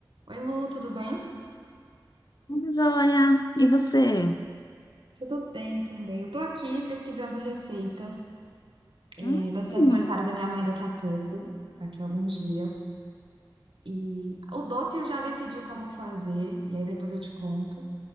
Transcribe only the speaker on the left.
Tudo Jóia, e você?
Hum,